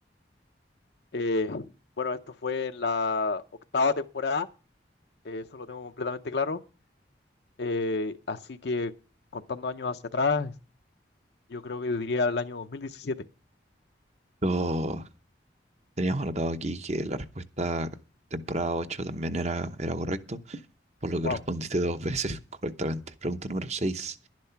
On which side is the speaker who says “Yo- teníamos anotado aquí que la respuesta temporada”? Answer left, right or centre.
Right